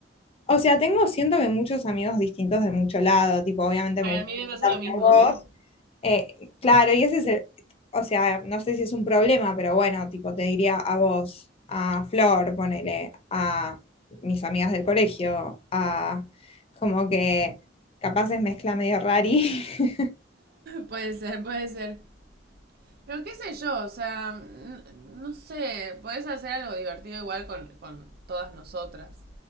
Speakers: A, on the left (about 30°); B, on the right (about 55°).
A: O sea, tengo, siento que muchos amigos distintos de mucho lado, tipo, obviamente
B: Ay,
A: me gusta
B: a mí me pasa
A: estar
B: lo mismo.
A: con vos,
B: <laughs>
A: Eh, claro, y ese es el, o sea, no sé si es un problema, pero bueno, tipo, te diría a vos, a Flor, ponele, a mis amigas del colegio, a como que capaz es mezcla medio rari. <laughs>
B: puede ser, puede ser. Pero qué sé yo, o sea, n- no sé, podés hacer algo divertido igual con, con todas nosotras.